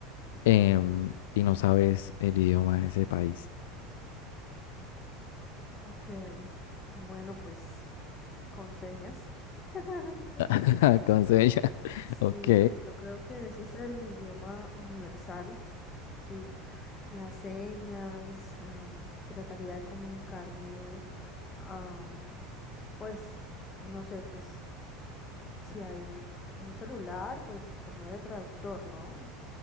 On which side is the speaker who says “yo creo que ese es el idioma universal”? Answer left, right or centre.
Left